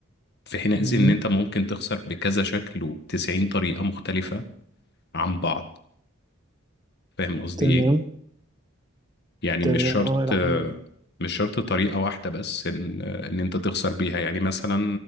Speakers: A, on the left (about 55°); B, on the right (about 20°).
A: في حينئذ
B: مم.
A: ان انت ممكن تخسر بكذا شكل وبتسعين طريقة مختلفة عن بعض فاهم قصدي
B: تمام
A: ايه يعني
B: تمام
A: مش شرط
B: اه الى حد ما
A: مش شرط طريقة واحدة بس ان ان انت تخسر بيها يعني مثلا